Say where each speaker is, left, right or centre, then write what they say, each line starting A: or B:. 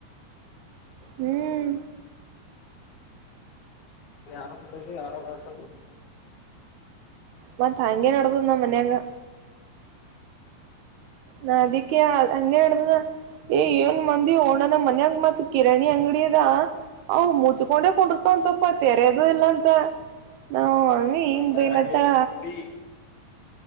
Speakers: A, on the right; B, on the left.
A: ಹ್ಮ್
B: ಆರ ಆರ ವಸ
A: ಮ ತಾಂಗಗೆನೋಡದುಂದ ಮನೆಯ ಅಂಗ ನದಕ್ಕ ಅಂಗ ಮಾಡಾ ಏ ಏನ್ ಮಂದಿ ಹೋಣನ ಮನ್ಯಂಗ ಮತ್ ಕಿರಣಿ ಅಂಗಡಿ ಅದ ಅ ಮುಚ್ಕೊಂಡೆ ಕುಡರ್ತಂತಪ್ಪ ತೆರೆದು ಇಲ್ಲ ಅಂತ ನಾವ ಏನ್
B: ಮಕ್ಕೋರ
A: ಬಯಲತ್ತಳ
B: ಏ ಕುಡಿ